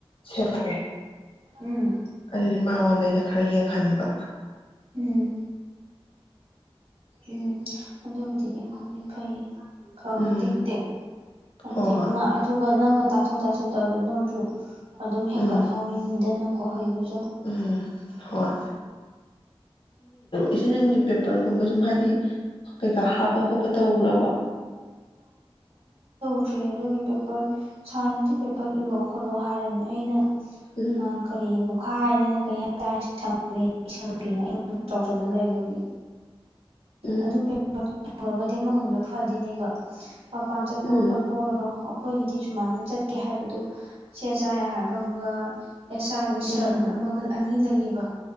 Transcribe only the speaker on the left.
ꯁꯦꯝꯃꯛꯑꯦ
ꯑꯗꯨꯗꯤ ꯃꯥ ꯑꯣꯟꯗꯩꯩꯅ ꯈꯔ ꯌꯦꯡꯍꯟꯕ
ꯎꯝ
ꯍꯣꯏ ꯍꯣꯏ
ꯎꯝ
ꯎꯝ ꯍꯣꯏ ꯏꯆꯦ ꯅꯪꯒꯤ ꯄꯦꯄꯤꯔꯒꯨꯝꯕ ꯑꯗꯨꯝ ꯍꯥꯏꯗꯤ ꯀꯩꯀꯥ ꯍꯥꯞꯄ ꯈꯣꯠꯄ ꯇꯧꯒ꯭ꯔꯕ
ꯎꯝ
ꯎꯝ
ꯎꯝ
ꯎꯝ